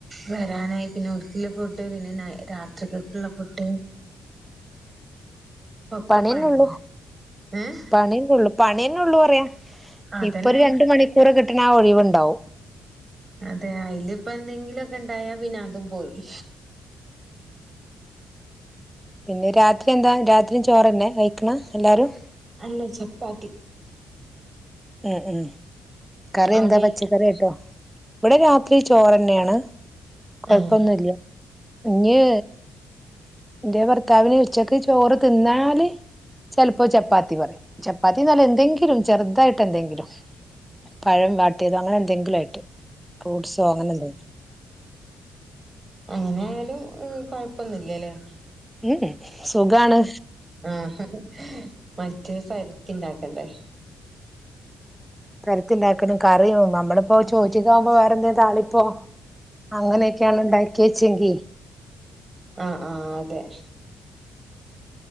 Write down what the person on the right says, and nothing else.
വരാനായി. പിന്നെ ഓൽക്ള്ള ഫുഡ് പിന്നെ നൈ രാത്രികൾക്ള്ള ഫുഡ്. ഒക്കെ
പണി
ഏഹ്
അതന്നെ
അതെ അതിലിപ്പ എന്തെങ്കിലൊക്കെ ഇണ്ടായാ പിന്നെ അതും പോയി
അല്ല ചപ്പാത്തി.
അവിടെയാ
ഏഹ്
എങ്ങനെ ആയാലും കൊഴപ്പന്നുല്ലല്ലേ
ആഹ് മറ്റേ സരത്തിണ്ടാക്കണ്ടേ
ആഹ് ആഹ് അതെ